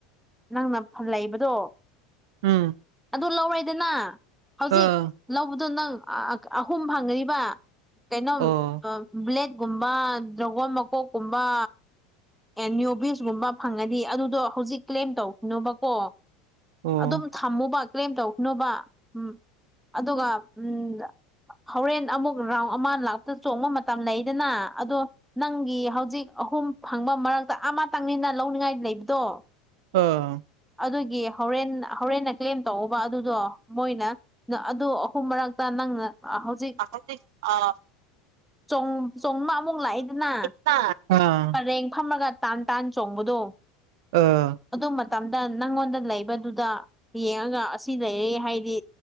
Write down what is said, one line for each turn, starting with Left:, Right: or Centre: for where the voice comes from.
Centre: ꯅꯪꯅ ꯐꯟ ꯂꯩꯕꯗꯣ
Right: ꯎꯝ
Centre: ꯑꯗꯨ ꯂꯧꯔꯦꯗꯅ ꯍꯧꯖꯤꯛ
Right: ꯑꯥ
Centre: ꯂꯧꯕꯗꯣ ꯅꯪ ꯑꯥ-ꯑꯍꯨꯝ ꯐꯪꯀꯅꯤꯕ ꯀꯩꯅꯣꯝ
Right: ꯑꯣ
Centre: ꯕ꯭ꯂꯦꯠ ꯒꯨꯝꯕ ꯗ꯭ꯔꯒꯣꯟ ꯃꯀꯣꯛꯀꯨꯝꯕ ꯑꯦꯅ꯭ꯌꯨꯕꯤꯁ ꯒꯨꯝꯕ ꯐꯪꯉꯥꯗꯤ ꯑꯗꯨꯗꯣ ꯍꯧꯖꯤꯛ ꯀ꯭ꯂꯦꯝ ꯇꯧꯈꯤꯅꯣꯕꯀꯣ
Right: ꯑꯣ
Centre: ꯑꯗꯨꯝ ꯊꯝꯃꯨꯕ ꯀ꯭ꯂꯦꯝ ꯇꯧꯈꯤꯅꯨꯕ ꯎꯝ ꯑꯗꯨꯒ ꯎꯝ ꯍꯣꯔꯦꯟ ꯑꯃꯨꯛ ꯔꯥꯎꯟ ꯑꯃ ꯂꯥꯛꯕ ꯃꯇꯝꯗ ꯆꯣꯡꯕ ꯃꯇꯝ ꯂꯩꯗꯅ ꯑꯗꯣ ꯅꯪꯒꯤ ꯍꯧꯖꯤꯛ ꯑꯍꯨꯝ ꯐꯪꯕ ꯃꯔꯛꯇ ꯑꯃꯇꯪꯅꯤꯅ ꯂꯧꯅꯤꯡꯉꯥꯏ ꯂꯩꯕꯗꯣ
Right: ꯑꯥ
Centre: ꯑꯗꯨꯒꯤ ꯍꯧꯔꯦꯟ-ꯍꯧꯔꯦꯟꯅ ꯀ꯭ꯂꯦꯝ ꯇꯧꯋꯣꯕ ꯑꯗꯨꯗꯣ ꯃꯣꯏꯅ ꯑꯗꯨ ꯑꯍꯨꯝ ꯃꯔꯛꯇ ꯅꯪꯅ ꯍꯧꯖꯤꯛ
Right: ꯑꯁꯟꯇꯤꯁ ꯑꯥ
Centre: ꯆꯣꯡ-ꯆꯣꯡꯕ ꯑꯃꯨꯛ ꯂꯥꯛꯏꯗꯅ
Right: ꯇꯥ ꯑꯥ
Centre: ꯇ꯭ꯔꯦꯡ ꯐꯝꯃꯥꯒ ꯇꯥꯟ-ꯇꯥꯟ ꯆꯣꯡꯕꯗꯣ
Right: ꯑ
Centre: ꯑꯗꯨ ꯃꯇꯝꯗ ꯅꯪꯉꯣꯟꯗ ꯂꯩꯕꯗꯨꯗ ꯌꯦꯡꯉꯒ ꯑꯁꯤ ꯂꯩꯔꯦ ꯍꯥꯏꯗꯤ